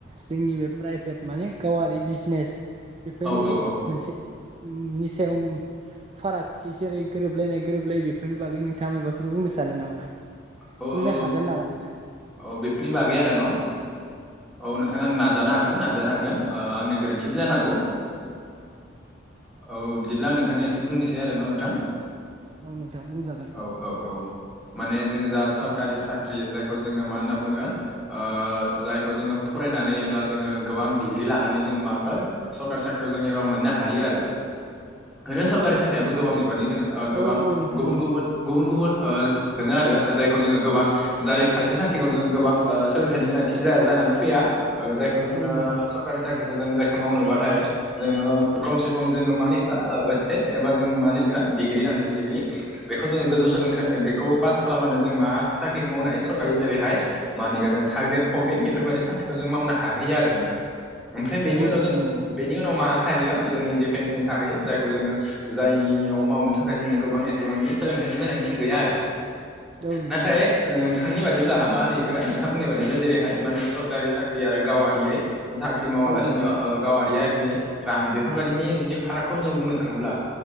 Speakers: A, on the right; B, in the centre.
A: जोंनि बे प्राइभेट माने गावारि बिजनेस बेफोरनि
B: औ औ औ
A: मोनसेनि सायाव फारागथि जेरै गोरोबलायनाय गोरोबलायै बेफोरनि बागै नोंथाङा मायबाफोर बुंनो सानो नामा
B: औ
A: बुंनो
B: औ
A: हागोन नामा नोंथां
B: औ बेफोरनि बागै आरो न' औ नोंथां आं नाजानो हागोन नाजानो हागोन आंनिया गोरोन्थिबो जानो हागौ औ बिदिब्ला आं नोंथांनियासे बुंनोसै आरो न' नोंथां
A: औ नोंथां बुंजागोन
B: औ औ औ माने जों जा सरकारि साख्रि जायखौ जोङो मा होनना बुङो ओ जायखौ जोङो फरायनानै एब्ला जोङो गोबां दिग्रि लानानै जोङो माखो सरकारि साख्रियाव जोङो एबा मोननो हायो आरो इदिनो सरकारि साख्रियाबो गोबां दङ गोबां
A: औ औ नोंथां
B: गुबुन
A: औ
B: गुबुन गुबुन दङ आरो जाय गोबां जाय खायसे साख्रिखौ जोङो गोबां ओ सोलोंथाइनि गोनांथि जानानै फैया जायखौ जोङो
A: औ नोंथां
B: सरकारि साख्रि जों जायखौ मावनोबाथाय जोङो खमसे खम जोङो मानि इखौ ओइ सस एबा जों मा होनो इखौ डिग्रि आनजाद डिग्रि बेखौ जोङो गोजौ सोलोंथाइ बेखौ पास खालामबानो जों मा साख्रिखौ मावनो हायो सरकारि जेरैहाय मानि जोङो थार ग्रेड फर्थ ग्रेद बेफोरबायदि साख्रिखौ जों मावनो हायो आरो नोंथां ओमफ्राय
A: नंगौ
B: बेनि उनाव
A: नोंथां
B: जों
A: नंगौ
B: बेनि उनाव मा थायो जोंनि डिफेन्सनि थाखाय जायखौ जोङो जाययाव मावनो थाखाय जोङो गोबां एसेबांनि सोलोंथाइ गोनां गैया आरो
A: औ नोंथां
B: नाथाय
A: औ
B: ओं नोंथांनि बादिब्ला मा होनो इखौ नोंथां बुंनाय बादिब्ला जेरैहाय माखो सरकारि साख्रि आरो गावारियै साख्रि मावालासिनो
A: औ नोंथां
B: गावारि आरजिनाय रां बेफोरबायदिनि जुदि फारागखौ जों बुंनो थाङोब्ला